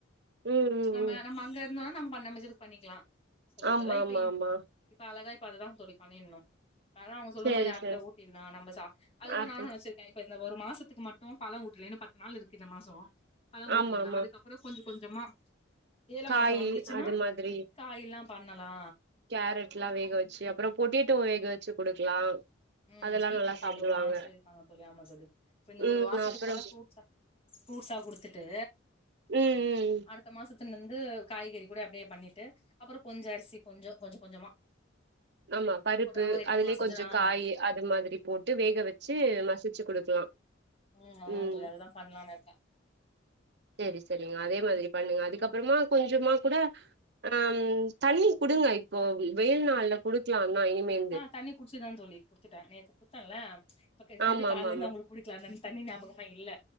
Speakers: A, on the right; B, on the left.
A: ம் ம்
B: நம்ம
A: ம்
B: நம்ம அங்க இருந்தோனா நம்ம நம்ம இஷ்டத்துக்கு பண்ணிக்குலா சொல்லிட்ட
A: ஆமா
B: அதா இப்பயே
A: ஆமா ஆமா
B: சோ அழகா இப்ப அததான் தோழி பண்ணிர்ணு அதா அவ்ங்க சொன்ன
A: சேரி
B: மாரி ஆப்பிள
A: சேரி
B: ஊட்டிர்லா நம்ப சா அதுதான்
A: ஆப்பிள்
B: நானு நெனச்சுரு கே இப்ப இந்த ஒரு மாசத்துக்கு மட்டு பழோ ஊட்லே இன்னு பத்து நாள் இருக்கு இந்த மாசோ பழோ ஊட்டிர்லா
A: ஆமா ஆமா
B: அதுக்கப் அப்புறோ கொஞ்ச கொஞ்சமா ஏழா
A: காயி
B: மாசம் வந்துச்சுன்னா
A: அது மாதிரி
B: காயில்லா பண்ணலா
A: கேரட்லா வேக வெச்சு அப்புறோ பொட்டேட்டோ வேக வெச்சு குடுக்கலா
B: ம்
A: அதெல்லா
B: ஸ்வீட்
A: நல்லா
B: பொட்டேட்டோ
A: சாப்டுவாங்க
B: வாங்கனோனு சொல்லிருக்காங்க தோழி ஆமா தோழி இப்ப இந்த
A: ம்
B: ஒரு மாசத்துக்கு
A: அப்புறோ
B: மட்டு ஃப்ரூட்ஸா ஃரூட்ஸா குடுத்துட்டு
A: ம் ம் ம்
B: அடுத்த மாசத்துலந்து காய்கறி கூட அப்புடியே பண்ணிட்டு அப்புறோ கொஞ்சோ அரிசி கொஞ்சோ கொஞ்ச கொஞ்சமா
A: ஆமா பருப்பு
B: போட்டு ஒரு எட்டாம்
A: அதுலயே
B: மாசோ
A: கொஞ்சோ
B: வச்சுரு ஆ
A: காயி அது மாதிரி போட்டு வேக வெச்சு மசிச்சு குடுக்கலா
B: உம் அதுதா
A: ம்
B: தோழி அதுதா பண்ணலான்னு இருக்கே
A: செரி செரிங்க அதே மாதிரி பண்ணுங்க அதுக்கப்பறமா கொஞ்சமா கூட ஹம் தண்ணி குடுங்க இப்போ வெயில்நாள்ல குடுக்கலாந்தா இனிமேல்
B: ஆஹ் தண்ணி குடிச்சுதா தோழி குத்துட்டே நேத்து குத்தன்ல இப்ப திருப்பி
A: ஆமா
B: கால்ல
A: ஆமா
B: இருந்து
A: ஆமா
B: அவுங்குளுக்கு குடிக்கலாந்தான தண்ணி ஞாபகமா இல்ல